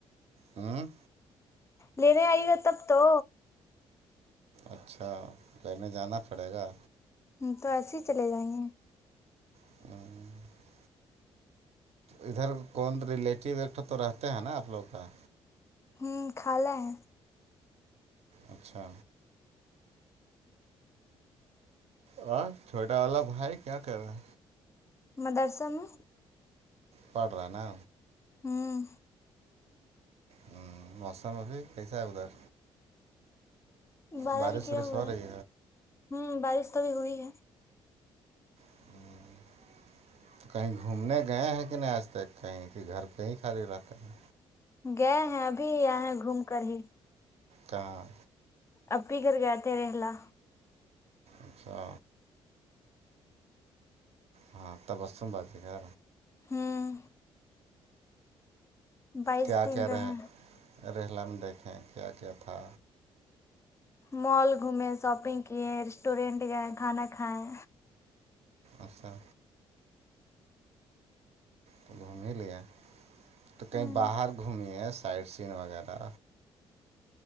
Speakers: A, on the right (about 50°); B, on the left (about 20°).
A: ہوں
B: لینے آئی گا تب تو
A: اچھا پنے جانا پڑے گا
B: ہم تو ایسے ہی چلے گئے ہے
A: <inaudible> ادھر کون ریلیٹیو ایکٹا تو رہتے ہیں نا آپ لوگ کا
B: ہوں خالا ہے
A: اچھا ہ چھوٹا والا بھائی کیا کر رہا
B: مدرسا میں
A: پڑ رہ نا
B: ہوں
A: ہوں مشا مفی پیسا آگودار
B: بارہ
A: بارش
B: بھی کیا
A: وارش
B: ہوا
A: ہو
B: ہے
A: رہی
B: ہوں بارش تو بھی ہوئی ہے
A: ہوں تو کہیں گھومنے گئے ہیں کہ نہیں آج تک کہیں کہ گھر پے کہیں خالی رہتے ہے
B: گئے ہیں ابھی آ ہیں گھوم کر ہی
A: کہاں
B: اب ہی گھر گئے تھے رلا
A: اچھا ہاں تبسم بازے گا
B: ہوں بائیس
A: کیا
B: دن
A: کرے
B: رہے
A: رہ رہلا میں دیکھیں کیا کیا تھا
B: مال گھومیں شاپنگ کیے ریسٹورینٹ گئے کھانا کھایا
A: آچھا تو گھوم لے تو کہیں
B: ہوں
A: باہر گھمیس <unintelligible> سین وغیرہ